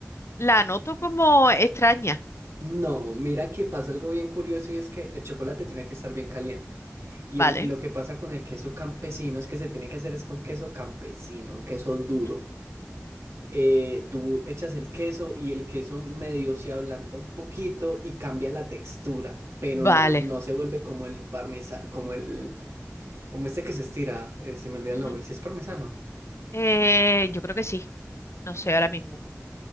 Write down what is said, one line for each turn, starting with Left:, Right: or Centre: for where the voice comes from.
Left: la noto como extraña.
Right: No, mira que pasa algo bien curioso y es que el chocolate tiene que estar bien caliente. Y,
Left: Vale.
Right: el- y lo que pasa con el queso campesino es que se tiene que hacer es con queso campesino, un queso duro.
Left: ujú,
Right: Eh, tú echas el queso y el queso medio se ablanda un poquito y cambia la textura, pero
Left: Vale.
Right: no, no se vuelve como el parmesano, como el, como este que se estira, eh, se me olvida
Left: ujú.
Right: el nombre, si es parmesano.
Left: Eh, yo creo que sí. No sé ahora mismo.